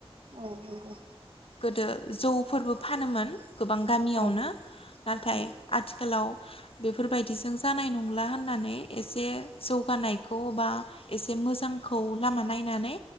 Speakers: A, on the right (about 60°); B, on the left (about 65°).
A: औ नंगौ।
B: दो जौफोरबो फानोमोन गोबां गामियावनो
A: औ
B: नाथाय
A: उम
B: आथिखा लाव बेफोरबायदिजों जानाय नंला होननानै एसे जौगानायखौ बा एसे मोजांखौ लामा नायनानै